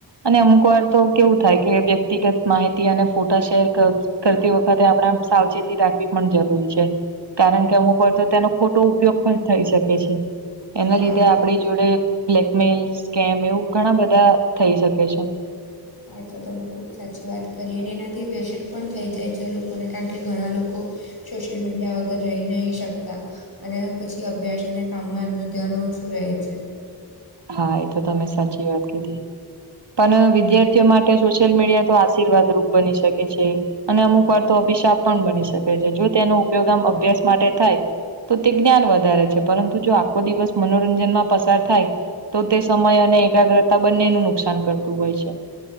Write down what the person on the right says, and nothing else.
અને અમુક વાર તો કેવું થાય કે વ્યક્તિગત માહિતી અને ફોટા શેર કર કરતી વખતે આપડે સાવચેતી રાખવી પણ જરૂરી છે. કારણ કે અમુક વાર તો તેનો ખોટો ઉપયોગ પણ થઈ શકે છે એના
લીધે આપણી જોડે મેલ સ્કેમ એવું ઘણા બધા થઈ શકે છે.
હા એ તો તમે સાચી વાત કીધી. પણ વિદ્યાર્થીઓ માટે સોશિયલ મીડિયા તો આશીર્વાદ રૂપ બની શકે છે. અને અમુક વાર તો અભિશાપ પણ બની શકે છે જો તેનો ઉપયોગ આમ અભ્યાસ માટે થાય તો તે જ્ઞાન વધારે છે પરંતુ જો આખો દિવસ મનોરંજનમાં પસાર થાય તો તે સમય અને એકાગ્રતા બંને નું નુકસાન કરતું હોય છે.